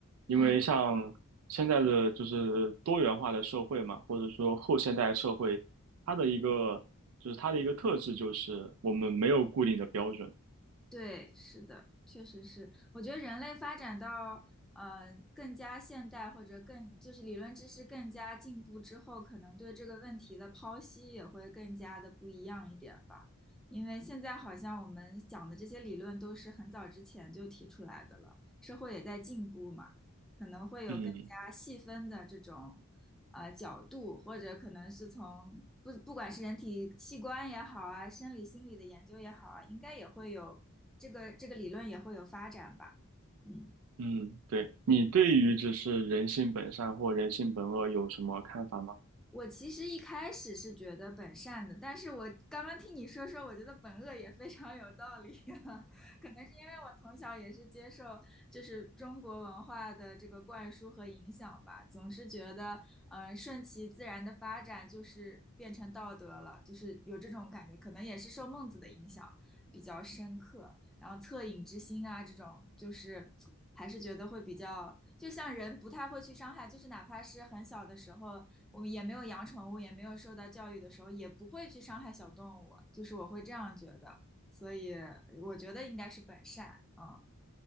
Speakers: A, on the right (about 65°); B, in the centre.
A: 因为像现在的就是多元化的社会嘛，
B: 嗯。
A: 或者说后现代社会，它的一个就是它的一个特质就是我们没有固定的标准。
B: 对，是的，确实是。我觉得人类发展到呃更加现代或者更就是理论知识更加进步之后，可能对这个问题的剖析也会更加的不一样一点吧。因为现在好像我们讲的这些理论都是很早之前就提出来的了，社会也在进步嘛。可能会有更加细分的这种呃角度，
A: 嗯。
B: 或者可能是从不不管是人体器官也好啊，生理心理的研究也好啊，应该也会有这个这个理论也会有发展吧。嗯。
A: 嗯，对，你对于就是人性本善或人性本恶有什么看法吗？
B: 我其实一开始是觉得本善的，但是我刚刚听你说说，我觉得本恶也非常有道理啊。<laughs> 可能是因为我从小也是接受就是中国文化的这个灌输和影响吧，总是觉得嗯、呃顺其自然的发展就是变成道德了，就是有这种感觉。可能也是受孟子的影响比较深刻，然后恻隐之心啊这种就是。还是觉得会比较，就像人不太会去伤害，就是哪怕是很小的时候，我们也没有养宠物，也没有受到教育的时候，也不会去伤害小动物，就是我会这样觉得，所以我觉得应该是本善，嗯，